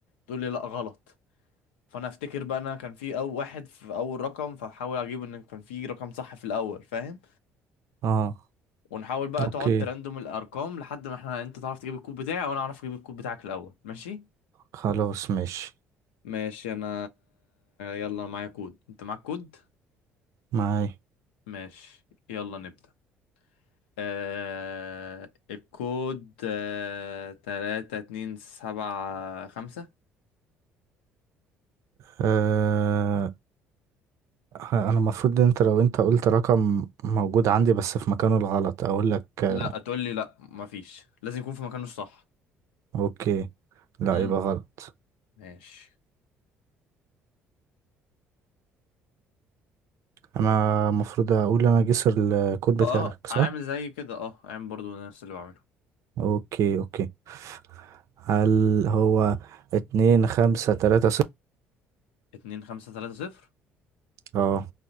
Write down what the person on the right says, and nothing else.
اه
اوكي
خلاص ماشي
معاي
آه انا المفروض انت لو انت قلت رقم موجود عندي بس في مكانه الغلط اقول لك آه
اوكي لا
يبقى غلط
انا المفروض اقول انا جسر الكود بتاعك
صح
اوكي اوكي هل هو اتنين خمسة تلاتة صفر
اه